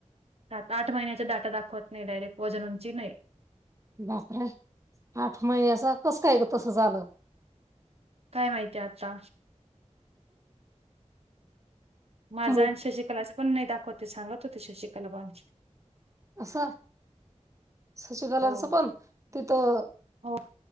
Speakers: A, on the right; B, on the right.
A: सात आठ महिन्याच्या डाटा दाखवत नाही डायरेक्ट वजन उंची नाही.
B: बापरे आठ महिन असं कस काय तसं झालं?
A: काय माहितीय आता. माझा
B: मग
A: आण शशिकलाच पण नाही दाखवत. ते सांगत हो ते शशिकला बात
B: अस. शचिकलांचं
A: हो
B: पण तिथं
A: हो